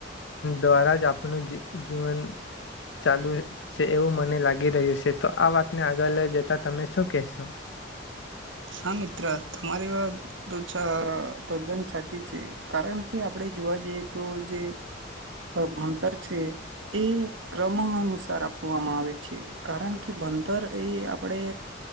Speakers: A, on the left; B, on the right.
A: દ્વારા જ આપણું જીવન ચાલુ છે એવું મને લાગી રહ્યું છે, તો આ વાતને આગળ લઈ જતા તમે શું કહેશો?
B: હા મિત્ર તમારી વાત તો છ તદ્દન સાચી છે કારણ કે આપણે જોવા જઈએ તો, જે ભણતર છે એ ક્રમ અનુસાર આપવામાં આવે છે કારણ કે ભણતર એ આપણે.